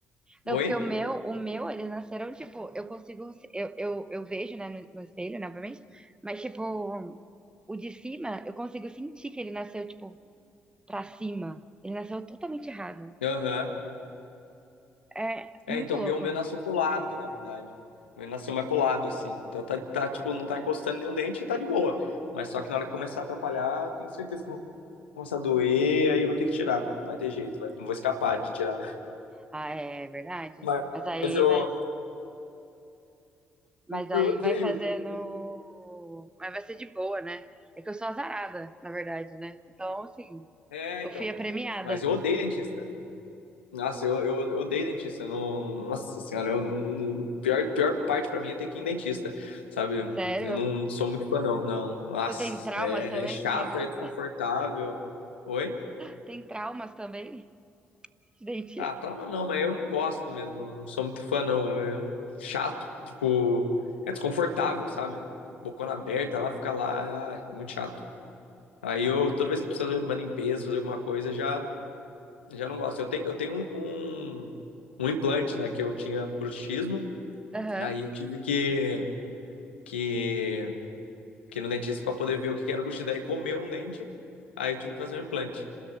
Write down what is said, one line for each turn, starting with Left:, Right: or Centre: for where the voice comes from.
Left: Oi?
Right: Não, porque o meu, o meu, eles nasceram, tipo, eu consigo, eu, eu, eu vejo, né, no, no espelho, né, obviamente, mas, tipo, o de cima, eu consigo sentir que ele nasceu, tipo, pra cima. Ele nasceu totalmente errado.
Left: Aham.
Right: É muito
Left: É, então
Right: louco.
Left: o meu, o meu nasceu pro lado, na verdade. O meu nasceu mais pro lado, assim. Então tá, tá, tipo, não tá encostando nenhum dente e tá de boa. Mas só que na hora que começar a atrapalhar, eu tenho certeza que vai começar a doer, aí eu vou ter que tirar. Não vai ter jeito, vai- não vou escapar de tirar.
Right: Ah, é verdade.
Left: Mas
Right: Mas aí
Left: eu,
Right: vai, mas aí
Left: eu odeio.
Right: vai fazendo, mas vai ser de boa, né? É que eu sou azarada, na verdade, né? Então, assim,
Left: É,
Right: eu
Left: então.
Right: fui a premiada.
Left: Mas eu odeio dentista. Nossa, eu, eu, eu odeio dentista. eu Não, nossa senhora, eu, eu não- pior, pior parte pra mim é ter que ir em dentista, sabe?
Right: Sério?
Left: Eu não sou muito fã, não, não. Nossa,
Right: Você tem traumas
Left: é
Right: também,
Left: chato,
Right: carregada?
Left: é desconfortável. Oi?
Right: <laughs> Tem traumas também de dentista?
Left: Ah, trauma não, mas eu não gosto mesmo. Não sou muito fã, não. É é um- chato, tipo, é desconfortável, sabe? Bocona aberta lá, fica lá, ah, é muito chato. Aí eu, toda vez que preciso fazer uma limpeza, fazer alguma coisa, já, já não gosto. Eu tenho, eu tenho um, um um implante, né, que eu tinha bruxismo.
Right: Aham.
Left: Aí eu tive que, que, que ir no dentista para poder ver o que que era o buchido. Aí comeu um dente, aí eu tive que fazer um implante.